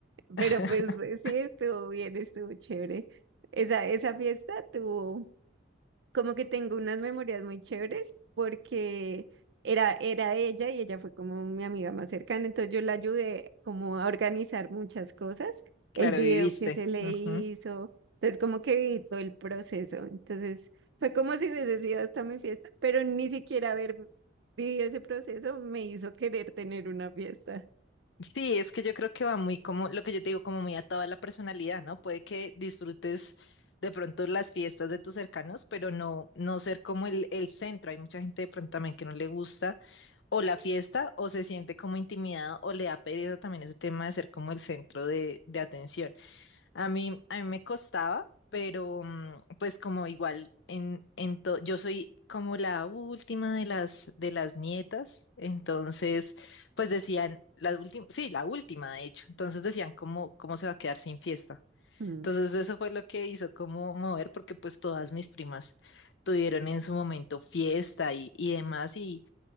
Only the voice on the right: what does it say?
Pero
pues sí, estuvo bien, estuvo chévere. Esa, esa fiesta tuvo como que tengo unas memorias muy chéveres porque era, era ella y ella fue como mi amiga más cercana, entonces yo la ayudé como a organizar muchas cosas,
el video
que se le
hizo, entonces como que viví todo el proceso, entonces fue como si hubiese sido hasta mi fiesta, pero ni siquiera haber vivido ese proceso me hizo querer tener una fiesta.
Mm.